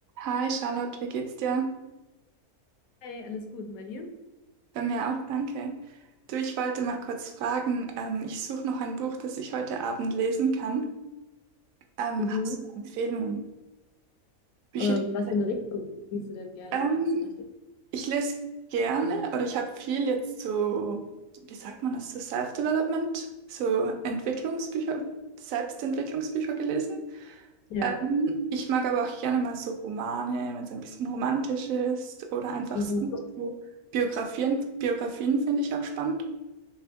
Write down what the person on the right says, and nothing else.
Hi Charlotte, wie geht's dir?
Bei mir auch, danke. Du, ich wollte mal kurz fragen, ähm, ich suche noch ein Buch, das ich heute Abend lesen kann. Ähm,
hast du Empfehlungen? Bücher?
die-
vielleicht-
Ähm,
ich lese gerne oder ich habe viel jetzt so, wie sagt man das, so Self-Development, so Entwicklungsbücher, Selbstentwicklungsbücher gelesen.
Ähm, ich mag aber auch gerne mal so Romane, wenn es ein bisschen romantisch ist oder einfach
sonst so Biografien. Biografien finde ich auch spannend.